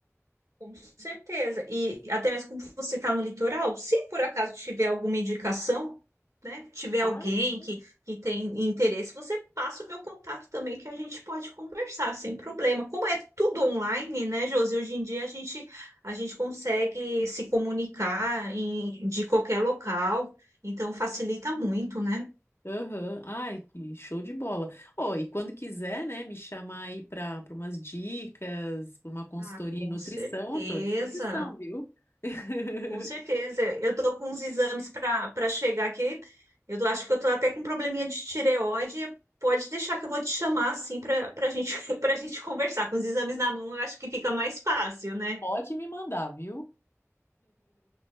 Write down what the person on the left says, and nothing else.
Ah,
sim.
Aham. Ai, que show de bola. Ó, e quando quiser, né, me chamar aí para para umas dicas, para uma consultoria
em nutrição,
eu tô à disposição, viu? <laughs>
Pode me mandar, viu?